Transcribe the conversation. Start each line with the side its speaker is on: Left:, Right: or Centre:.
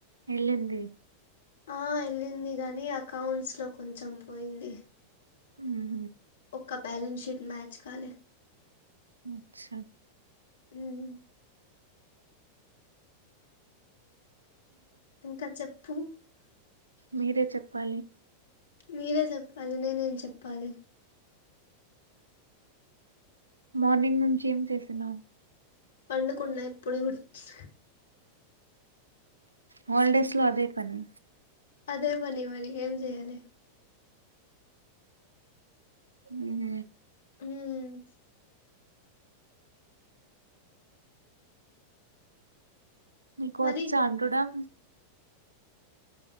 Right: ఎల్లింది
Left: ఆ ఎల్లింది గానీ అకౌంట్స్ లో కొంచెం పోయింది
Right: మ్మ్
Left: ఒక్క బ్యాలెన్స్ షీట్ మ్యాచ్ కాలే
Right: మ్మ్ చ
Left: మ్మ్ ఇంక చెప్పు
Right: మీరే చెప్పాలి
Left: మీరే చెప్పాలి నేనేం చెప్పాలి
Right: మార్నింగ్ నుంచి ఏం చేస్తున్నావ్
Left: పండుకున్న ఇప్పుడే వచ్
Right: హాలిడేస్ లో అదే పని
Left: అదే పని మరి ఏం చేయాలే.
Right: హు హ్
Left: హుమ్
Right: నీకు
Left: మరి
Right: వచ్చా అండుడం.